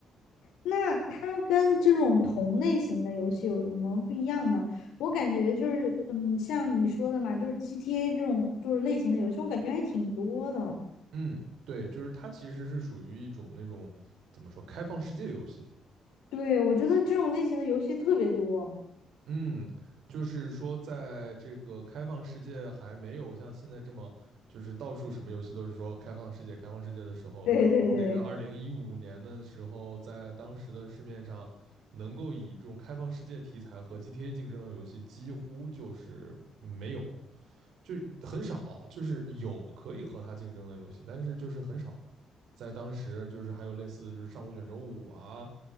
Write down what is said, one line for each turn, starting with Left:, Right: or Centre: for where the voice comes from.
Left: 那它跟这种同类型的游戏有什么不一样呢？我感觉就是，嗯，像你说的嘛，就是 GTA 这种就是类型的游戏，我感觉还挺多的。
Right: 嗯，对，就是它其实是属于一种那种怎么说开放世界游戏。
Left: 对，我觉得这种类型的游戏特别多。
Right: 嗯，就是说，在这个开放世界还没有像现在这么，就是到处什么游戏都是说开放世界、开放世界的时候，
Left: 对对对，
Right: 那个二零一五年的时候，在当时的市面上，能够以这种开放世界题材和 GTA 竞争的游戏，几乎就是没有，就很少，就是有可以和它竞争的游戏，但是就是很少。在当时，就是还有类似，就是上古卷轴五啊，